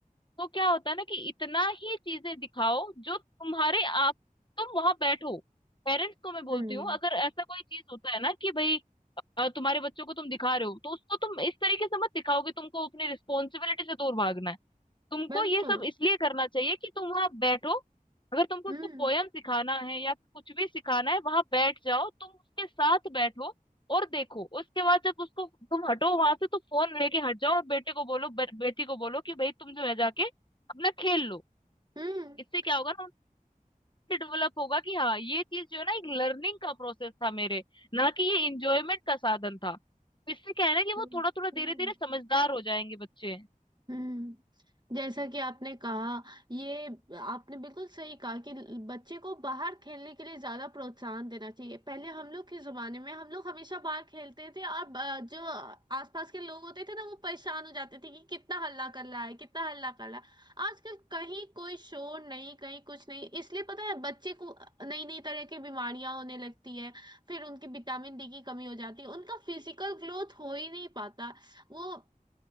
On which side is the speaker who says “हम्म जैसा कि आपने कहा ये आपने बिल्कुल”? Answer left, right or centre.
Right